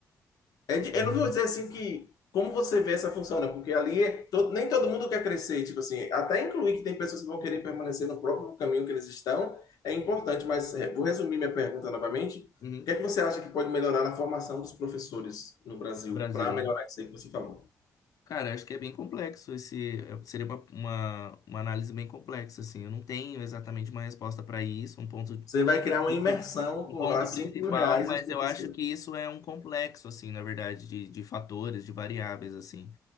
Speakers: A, on the left; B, on the left.
A: É de-
B: Uhum.
A: eu não vou dizer assim que como você vê essa função, né? Porque ali é todo- nem todo mundo quer crescer, tipo assim, até incluir que tem pessoas que vão querer permanecer no próprio caminho que eles estão é importante, mas é, vou resumir minha pergunta novamente.
B: Uhum.
A: O que é que você acha que pode melhorar na formação dos professores no Brasil
B: Brasil,
A: para melhorar
B: né?
A: isso aí que você falou?
B: Cara, acho que é bem complexo esse. é, Seria uma, uma, uma análise bem complexa, assim. Eu não tenho exatamente uma resposta para isso, um ponto,
A: Você vai criar uma
B: princi-
A: imersão,
B: um
A: cobrar
B: ponto
A: 5
B: principal, mas
A: mil reais e os professores.
B: eu acho que isso é um complexo, assim, na verdade, de, de fatores, de variáveis, assim.